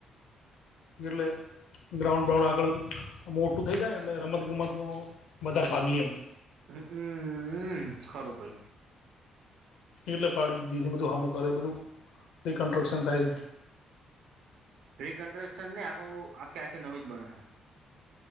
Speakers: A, on the left; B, on the right.
A: એટલે ગ્રાઉન્ડ બ્રાઉન્ડ આગળ મોટું થઈ જાય ને એટલે રમત ગમતમાં વધાર ભાગલી એમ
B: હમ ખરૂ ભઈ
A: એટલે પાડી દીધુ છે બધું હામુકે છે બધું રીકન્સ્ટ્રક્શન થાય
B: રીકન્સ્ટ્રક્શન ની આખું આખી આખી નવી જ બનહે